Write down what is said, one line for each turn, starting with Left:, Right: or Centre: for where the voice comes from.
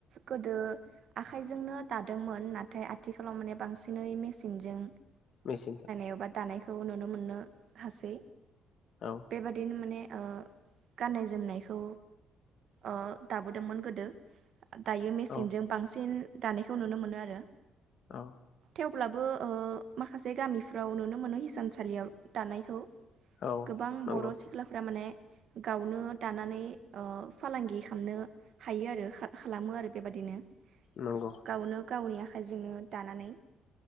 Right: गोदो आखाइजोंनो दादोंमोन नाथाय आथिखालाव माने बांसिनै मेसिनजों
Left: मेसिनजों
Right: गोबां दानायखौ नुनो मोननो हासै।
Left: औ
Right: बेबादिनो माने ओ गाननाय जोमनायखौ ओ दाबोदोंमोन गोदो। दायो मेसिनजों
Left: औ
Right: बांसिन दानायखौ नुनो मोनो आरो।
Left: अ।
Right: थेवब्लाबो ओ माखासे गामिफ फोराव नुनो मोनो हिसानसालियाव दानायखौ।
Left: औ
Right: गोबां
Left: नंगौ
Right: बर' सिख्लाफ्रा माने गावनो दानानै ओ फालांगि खालामनो हायो आरो खा खालामो आरो बेबादिनो।
Left: नंगौ
Right: गावनो गावनिया जोंनो दानानै।